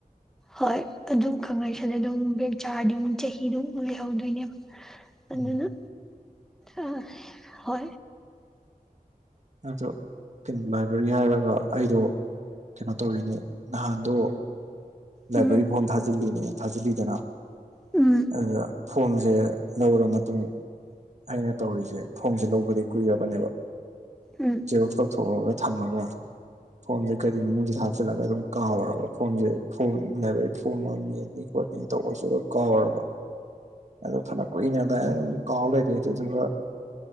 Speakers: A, in the centre; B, on the right.
A: ꯍꯣꯏ ꯑꯗꯨꯝ ꯈꯪꯅꯩꯁꯤꯗ ꯑꯗꯨꯝ ꯕꯦꯛ ꯆꯥꯔꯗꯤ ꯑꯃꯨꯛ ꯆꯍꯤꯗꯨꯨꯛ ꯂꯩꯍꯧꯗꯣꯏꯅꯦꯕ ꯑꯗꯨꯅꯤꯅ
B: ꯎꯝ
A: ꯑ ꯍ
B: ꯑꯗꯨ ꯀꯩꯅꯣ ꯂꯥꯏꯕ꯭ꯔꯦꯔꯤ ꯍꯥꯏꯔꯒ ꯑꯩꯗꯣ ꯀꯩꯅꯣ ꯇꯧꯔꯤꯅꯦ ꯅꯍꯥꯟꯗꯣ ꯂꯥꯏꯕ꯭ꯔꯦꯔꯤ
A: ꯎꯝ
B: ꯐꯣꯟ ꯊꯥꯖꯤꯜꯂꯤꯅꯦ ꯊꯥꯖꯤꯜꯂꯤꯗꯅ
A: ꯎꯝ
B: ꯑꯗꯨ ꯐꯣꯝꯁꯦ ꯂꯧꯔ ꯃꯇꯨꯡ ꯑꯩꯅ ꯇꯧꯔꯤꯁꯦ ꯦ ꯐꯣꯟꯁꯦ ꯂꯧꯕꯗꯤ ꯀꯨꯏꯔꯕꯅꯦꯕ
A: ꯎꯝ
B: ꯦꯕꯣꯛꯁ ꯇꯧꯊꯣꯛꯒ ꯊꯝꯃꯒ ꯐꯣꯟꯁꯦ ꯀꯔꯤ ꯃꯅꯨꯡꯁꯤꯗ ꯍꯥꯞꯆꯤꯜꯂꯒ ꯑꯗꯨꯝ ꯀꯥꯎꯔꯒ ꯐꯣꯟꯁꯦ ꯐꯨꯝ ꯂꯦꯕꯔꯤ ꯐꯣ ꯑꯅꯤ ꯈꯣꯠꯅꯤ ꯇꯧꯕꯁꯨ ꯀꯥꯎꯔꯕ ꯑꯗꯨ ꯐꯅ ꯀꯨꯏꯅꯗꯥꯅ ꯑꯗꯨꯝ ꯀꯥꯎ ꯂꯩꯔ ꯑꯗꯨꯗꯨꯒ